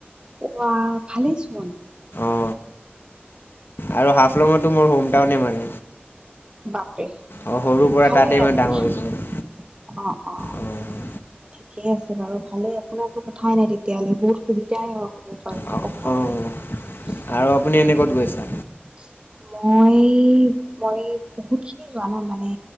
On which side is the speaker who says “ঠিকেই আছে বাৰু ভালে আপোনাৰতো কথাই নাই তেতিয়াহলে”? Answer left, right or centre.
Right